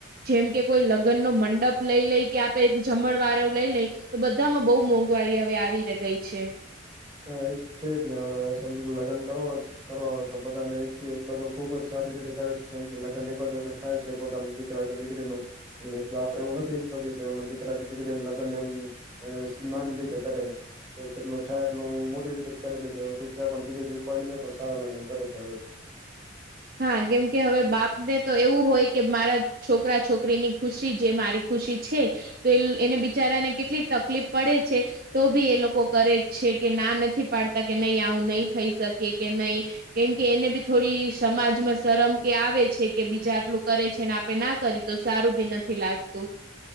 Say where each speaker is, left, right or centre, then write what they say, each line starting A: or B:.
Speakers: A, on the right (about 50°); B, on the right (about 20°).
A: જેમ કે કોઈ લગ્ન નો મંડપ લઈ લઈ કે આપે જમણ વાળ લઈ લઈ. તો બધામાં બહુ મોંઘવારી હવે આવી ગઈ છે.
B: હા એ છે જ ને હવે સમ લગ્ન કરવાનું કરવાય તો બધાને એક થી એક બધો ખુબ જ સારી રીતે કરે છે કેમ કે લગ્ન એક જ વખત થાય છે પોતાની દીકરા કે દીકરીનું એટલે બાપ એવું નથી ઈચ્છતો કેમને દીકરા કે દીકરી લગ્નને એમ એ નાની રીતે કરે જેટલો થાય. એટલું મોટી રીતે જ કરે છે રૂપિયા પણ બીજા દિવ ઉપાડીને પણ સારા લગ્ને છે હવે તો
A: હા કેમ કે હવે બાપ ને તો એવું હોય કે મારા છોકરા છોકરીની ખુશી જે મારી ખુશી છે. તો એ એને બિચારાને કેટલી તકલીફ પડે છે. તો ભી એ લોકો કરે જ છે કે ના નથી પાડતા કે નહી આવું નહી થઈ શકે કે નહી. કેમ કે એને બી થોડી. સમાજમાં શરમ કે આવે છે કે બીજા આટલું કરે છે ને આપે ના કરી તો સારું બી નથી લાગતું.